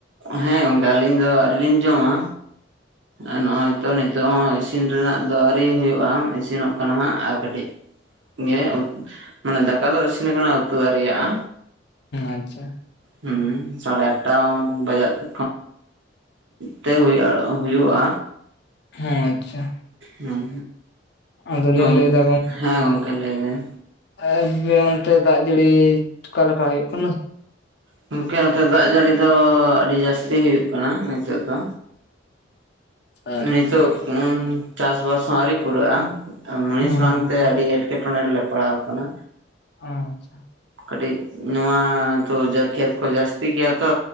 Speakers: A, on the right; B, on the left.
A: ᱦᱮᱸ ᱜᱚᱝᱠᱮ ᱟᱹᱞᱤᱧ ᱫᱚ ᱟᱹᱣᱨᱤ ᱞᱤᱧ ᱡᱚᱢᱟ᱾
B: <inaudible>
A: ᱟᱨ ᱱᱚᱜᱼᱚᱭ ᱛᱚ ᱱᱤᱛᱚᱜ ᱦᱚᱸ ᱤᱥᱤᱱ ᱨᱮᱱᱟᱜ ᱫᱚ ᱟᱹᱣᱨᱤ ᱦᱩᱭᱩᱜᱼᱟ ᱤᱥᱤᱱᱚᱜ ᱠᱟᱱᱟ ᱦᱟᱸᱜ ᱟᱨ ᱠᱟᱹᱴᱤᱡ ᱜᱮ ᱢᱟᱱᱮ ᱫᱟᱠᱟ ᱫᱚ ᱤᱥᱤᱱ ᱟᱠᱟᱱᱟ ᱩᱛᱩ ᱟᱣᱨᱤᱭᱟᱜ ᱟ᱾
B: ᱟᱪ ᱪᱷᱟ
A: ᱦᱩᱸ ᱥᱟᱲᱮ ᱟᱴᱴᱟ ᱵᱟᱡᱟ ᱮ, ᱛᱮ ᱦᱩᱭᱩᱜᱼᱟ ᱦᱩᱭᱩᱜᱼᱟ᱾
B: ᱦᱮᱸ ᱟᱪᱪᱷᱟ᱾
A: ᱦᱩᱸ
B: ᱟᱫᱚᱞᱤᱧ
A: ᱦᱩᱸ
B: ᱞᱟᱹᱭᱫᱟ
A: ᱦᱮᱸ ᱜᱚᱝᱠᱮ ᱞᱟᱹᱭᱵᱤᱱ᱾
B: ᱮᱻᱵᱮ ᱚᱱᱛᱮ ᱫᱟᱜ ᱡᱟᱹᱲᱤ ᱠᱟ ᱞᱮᱠᱟ ᱦᱩᱭᱩᱜ ᱠᱟᱱᱟ?
A: ᱜᱳᱢᱠᱮ ᱱᱚᱛᱮ ᱫᱟᱜ ᱡᱟᱹᱲᱤ ᱫᱚ ᱟᱹᱰᱤ ᱡᱟᱹᱥᱛᱤ ᱜᱮ ᱦᱩᱭᱩᱜ ᱠᱟᱱᱟ ᱱᱤᱛᱳᱜ ᱫᱚ᱾
B: ᱟᱪᱪᱷᱟ
A: ᱱᱤᱛᱚᱜ ᱪᱟᱥᱵᱟᱥ ᱦᱚᱸ ᱟᱹᱣᱨᱤ ᱯᱩᱨᱟᱹᱜᱼᱟ᱾ ᱢᱩᱱᱤᱥ
B: ᱟᱪᱪᱷᱟ
A: ᱵᱟᱝᱛᱮ ᱟᱹᱰᱤ ᱮᱸᱴᱠᱮᱴᱚᱬᱮ ᱨᱮᱞᱮ ᱯᱟᱲᱟᱣ ᱠᱟᱱᱟ᱾
B: ᱟᱪᱪᱷᱟ
A: ᱠᱟᱹᱴᱤᱡ ᱱᱚᱣᱟ ᱛᱚ ᱠᱷᱮᱛ ᱠᱚ ᱡᱟᱹᱥᱛᱤ ᱜᱮᱭᱟ ᱛᱚ